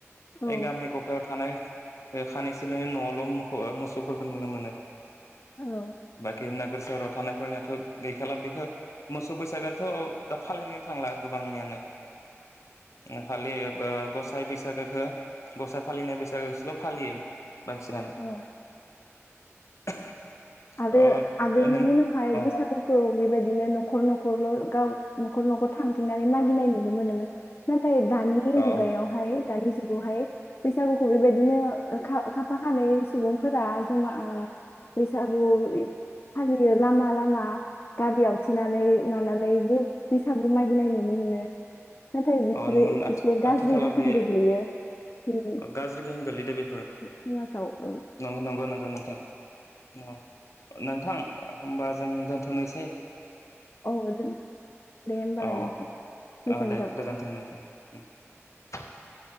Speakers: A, on the left; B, on the left.
A: औ
B: ओय गामि ग'फायाव थानाय। खानै सोनिल' न' आवल' मोसौफोरखौ नुनो मोनो।
A: औ
B: बाखिना नोागोर सोहोराव थानायफोरनियाथ' गैखाला बेखौ मोसौ बैसागोआथ' दा फालिनो थांला गोबांनियानो ओ। फालियो ओ ग'साइ बैसागोखौ। ग'साई फालिनाय बैसागोसोल' फालियो। बांसिनानो।
A: औ
B: <inaudible>
A: आरो
B: अ
A: आगोलनि
B: नों अ
A: दिनावहाय बैसागुखौ बेबायदिनो न'खर-न'खरल' गाव न'खर-न'खर। थांथिंनानै मागिनाय नुनो मोनोमोन। नाथाय दानि
B: अ
A: मुगायावहाय। दानि जुगावहाय बैसागुखौ बेबायदिनो खाफा खानै खासुबुंफोरा जा गागु फालियो लामा लामा गारि आवथेनानै लानानै बैसागु मानिनाय नु नुनो मोनो। नाथाय बेफोरो
B: अ नुनो मोन आथि
A: एसे गाज्रि
B: आथिखालाव
A: गोहोम
B: बे
A: गोग्लैयो जोंनि
B: ओ गाज्रि गोहोम गोगलैदो बेफोर
A: समाजाव औ
B: नंगौ नंगौ नंगौ नोंथां। औ नोंथां ओमबा जों दोनथनोसै
A: औ दोन दे होमबालाय
B: औ
A: नोंथां गोजोनथों।
B: औ दे गोजोन्थों नोंथां।